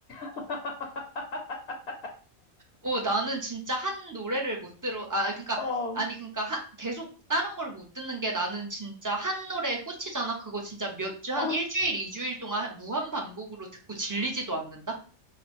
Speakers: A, on the left; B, on the right.
A: <laughs>
B: 오, 나는 진짜 한 노래를 못 들어, 아, 그러니까,
A: 어,
B: 아니, 그러니까 한, 계속 다른 걸 못 듣는 게 나는 진짜 한 노래에 꽂히잖아. 그거 진짜 몇 주, 한
A: 어,
B: 일주일, 이주일 동안 무한 반복으로 듣고 질리지도 않는다?